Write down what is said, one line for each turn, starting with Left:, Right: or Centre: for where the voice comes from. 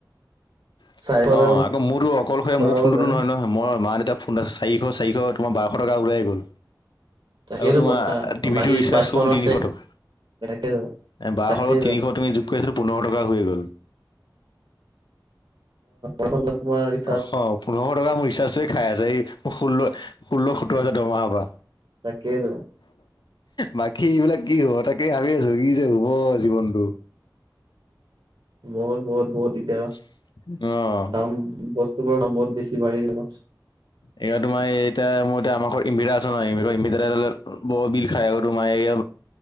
Left: অ,
Right: চাৰিশ টকা
Left: আকৌ মোৰতো অকলশৰে
Right: ভৰাব
Left: মোৰ ফোনটো
Right: যায়
Left: তো নহয় নহয়। মই, মা, দেউতাৰ ফোনত চাৰিশ- চাৰিশ তোমাৰ বাৰশ টকা ওলায়েই গ'ল।
Right: তাকেইতো
Left: আকৌ তোমাৰ
Right: কথা
Left: টিভিটো
Right: বাকী
Left: ৰিচাৰ্জ
Right: বাকী ফোন
Left: কৰো
Right: আছে
Left: তিনিশ টকা।
Right: তাকেইতো
Left: এ বাৰশৰ
Right: তাকেইতো
Left: লগত তিনিশ তুমি যোগ কৰিছোৱা, পোন্ধৰশ টকা হৈয়ে গ'ল।
Right: ইফালে তোমাৰ ৰি
Left: অহ, অ, পোন্ধৰশ টকা মোৰ ৰিচাৰ্জটোৱে খাই আছে। এই মোৰ ষোল্ল- ষোল্ল সোতৰ হাজাৰ দৰমহাৰ পৰা।
Right: তাকেই টো।
Left: বাকী এইবিলাক কি হ'ব। তাকে ভাবি আছো কি যে হ'ব জীৱনটো।
Right: বহুত বহুত বহুত দিগদাৰ।
Left: অঁ'
Right: দাম বস্তুবোৰৰ দাম বহুত বেছি বাঢ়ি গল।
Left: এইয়া তোমাৰ এতিয়া মোৰ এতিয়া আমাৰ ঘৰত ইনভাৰ্টাৰ আছে ন ইনভাৰ্টাৰ ত বহুত বিল- খাই আৰু তোমাৰ এয়া